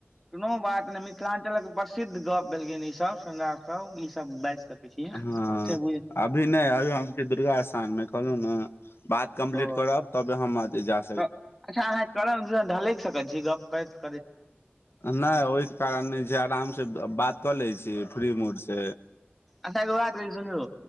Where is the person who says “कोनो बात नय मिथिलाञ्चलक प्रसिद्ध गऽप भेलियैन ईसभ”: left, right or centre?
Centre